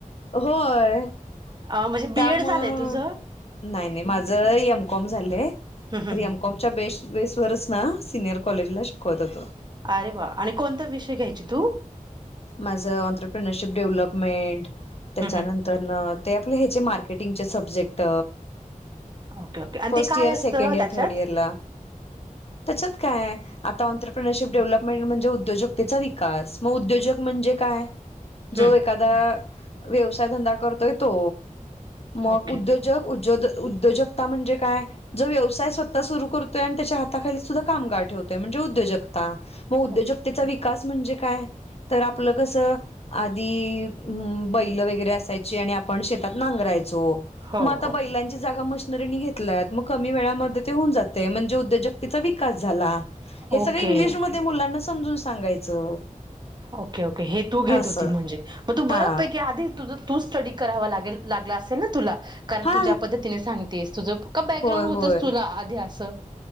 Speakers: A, on the left; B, on the right.
A: होय-
B: म्हणजे बी
A: त्यामुळं
B: एड झालंय तुझं?
A: नाई नाई माझं एम. कॉम. झालंय.
B: हु हु हु.
A: च्या बेस बेसरच ना सिनियर कॉलेजला शिकवतो तो.
B: अरे वा आणि कोणता विषय घ्यायची तू?
A: माझं ऑंन्त्रप्रिनरशिप डेव्हलपमेंट त्याच्यानं
B: हम्म हम्म.
A: -तरन ते आपले ह्याचे मार्केटिंगचे सब्जेक्ट
B: ओके ओके आणि
A: फर्स्ट
B: ते काय
A: इयर
B: असतं
A: सेकंड इयर
B: त्याच्यात?
A: थर्ड इयर ला त्याच्यात काय आताऑंन्त्रप्रेनरशिप डेव्हलपमेंट म्हणजे उदयोजकतेचा विकास म उदयोजक म्हणजे काय जो
B: हम्म
A: एखादा व्यवसाय धंदा करतोय तो. मग
B: ओके
A: उद्योजक ऊज्योद् उद्योजकता म्हणजे काय? जो व्यवसाय स्वतः सुरू करतोय अन् त्याच्या हाताखाली सुद्धा कामगार ठेवतोय म्हणजे उद्योजकता. म उद्योजकतेचा
B: ओके
A: विकास म्हणजे काय? तर आपलं कसं आधी बैलं वगैरे असायचे आणि आप् आपण शेतात नांगरायचो
B: हो
A: म आता
B: हो
A: बैलांची जागा मशी् नरींनी घेतलायत म कमी वेळामध्ये ते हुन जातंय म्हणजे उद्योजकतेचा विकास झाला. हे सगळं
B: ओके
A: इंग्लिशमध्ये मुलांना समजून सांगायचं.
B: ओके ओके हे तू घेत
A: असं
B: होती म्हणजे, म तु
A: हा
B: बरं पैकी आधी तुझं तू स्टडी करावा लागेल लागला असेल न तुला कारण
A: हा
B: तू ज्या पद्धतीने सांगतेस तुझ का बॅकग्राउंड
A: होय
B: होतंच
A: होय
B: तुला आधी असं,